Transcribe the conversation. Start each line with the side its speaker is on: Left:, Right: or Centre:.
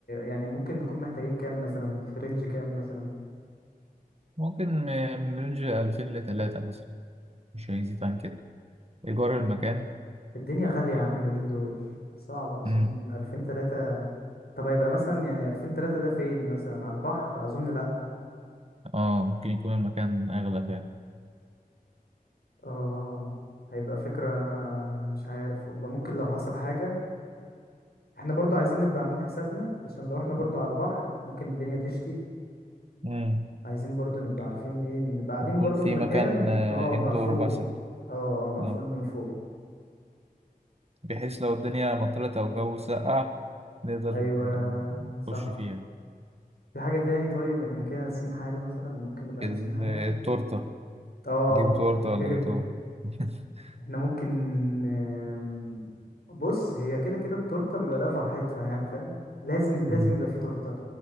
Left: يعني ممكن نكون محتاجين كام مثلا في رينج كام مثلا
Right: ممكن آه، من رينج ألفين لتلاتة مثلا مش هيزيد عن كده إيجار
Left: طيب.
Right: المكان
Left: الدنيا غالية يا عم اليومين دول صعب اظن
Right: مم.
Left: الفين تلاتة طب هيبقى مثلا يعني الفين تلاتة ده فين مثلا على البحر اظن لا
Right: اه ممكن يكون المكان أغلى فعلا
Left: اه هيبقى فكرة مش عارف والله ممكن لو حصل حاجة احنا برضو عايزين نبقى عاملين حسابنا عشان لو احنا برضو
Right: مم.
Left: على البحر ممكن الدنيا تشتي
Right: مم.
Left: عايزين برضو نبقى عارفين ايه نبقى قاعدين
Right: يكون
Left: برضو
Right: في
Left: في مكان
Right: مكان آه،
Left: اه مقفول
Right: إندور مثلا
Left: اه اه مقفول
Right: اه
Left: من فوق
Right: بحيث لو الدنيا مطرت أو الجو سقع نقدر
Left: ايوه
Right: آه،
Left: صح
Right: نخش فيها
Left: في حاجة تاني طيب احنا كده ناسيين حاجة مثلا ممكن نبقى ناسيين
Right: ال-
Left: حاجة
Right: التورتة
Left: اه
Right: جيبوا تورتة
Left: <laughs>
Right: ولا جاتوه <laughs>
Left: احنا ممكن آم، بص هي كده كده التورتة بيبقى لها فرحتها يعني فاهم لازم لازم
Right: مم.
Left: يبقى في تورتة